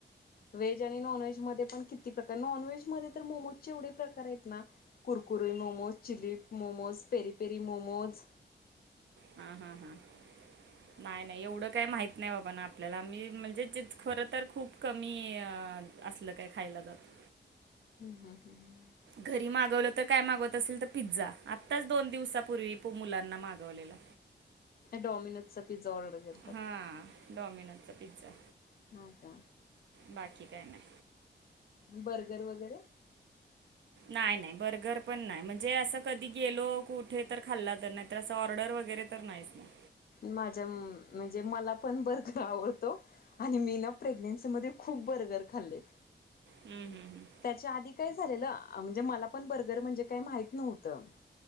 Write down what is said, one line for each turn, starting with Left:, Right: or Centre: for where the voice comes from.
Left: व्हेज आणि नॉनव्हेज मध्ये पण किती प्रकार नॉनव्हेज मध्ये तर मोमोजचे एवढे प्रकार आहेत ना Kurkure momos, chilli momos, peri peri momos.
Right: हा हा हा.
Left: <unintelligible>
Right: नाही नाही एवढं काही माहीत नाही बाबा ना आपल्याला मि म्हणजे जे खरं तर खूप कमीय असलं काय खायला जातं.
Left: हम् हम हम ह.
Right: घरी मागवलं तर काय मागवत असेल तर पिझ्झा, आत्ताच दोन दिवसापूर्वी मुलांना मागवलेला.
Left: डोमिनोजचा पिझा ऑडर केला.
Right: हा डॉमिनोजचा पिझ्झा.
Left: हो का.
Right: बाकी काय नाय
Left: बर्गर वगैरे?
Right: नाय नाय बर्गर पण नाय म्हणजे असं कधी गेलो कुठे तर खाल्ला तर नाहीतर त्यासं ऑर्डर वगैरे तर नाहीच नाही.
Left: माझ्या मं म्हणजे मला पण बर्गर आवडतो. आणि मी ना प्रेग्नेन्सीमध्ये खूप बर्गर खाल्लेत.
Right: हम् हम् हम्.
Left: त्याच्या आधी काही झालेलं म्हणजे मला पण बर्गर म्हणजे काय माहित नव्हतं.